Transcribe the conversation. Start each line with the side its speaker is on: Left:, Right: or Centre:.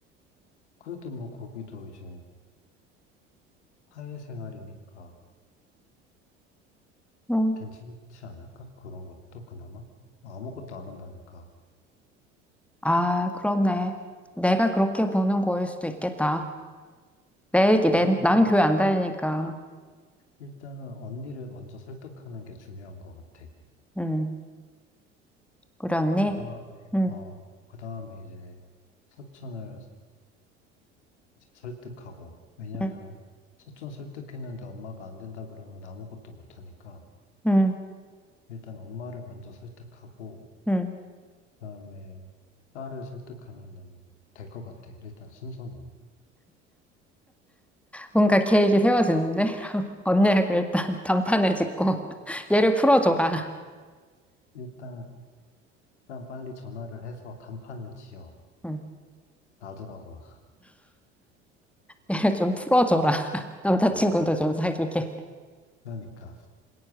Left: 그래도 뭐, 거기도 이제 사회생활이니까
Centre: 응.
Left: 괜찮지 않을까? 그런 것도 그나마? 아무것도 안 한다니까.
Centre: 아, 그렇네. 내가 그렇게 보는 거일 수도 있겠다. 내 얘기,
Left: 일단은,
Centre: 내, 나는 교회 안 다니니까.
Left: 일단은 언니를 먼저 설득하는 게 중요한 것 같아.
Centre: 응 우리 언니?
Left: 그 다음에,
Centre: 응,
Left: 어, 그 다음에 이제, 사촌을 이제 설득하고. 왜냐면은
Centre: 응,
Left: 사촌 설득했는데 엄마가 안 된다 그러면 아무것도 못 하니까
Centre: 응,
Left: 일단 엄마를 먼저 설득하고
Centre: 응.
Left: 그다음에 딸을 설득하면은 될 것 같아. 일단 순서는. 음.
Centre: 뭔가 계획이 세워지는데? <laughs> 언니하고 일단 <laughs> 단판을 짓고 <laughs> 얘를 풀어줘라.
Left: 일단 일단 빨리 전화를 해서 단판을 지어
Centre: 응.
Left: 놔두라고.
Centre: 얘를 좀 풀어줘라. <laughs> 남자친구도
Left: 음,
Centre: 좀 사귀게.
Left: 그러니까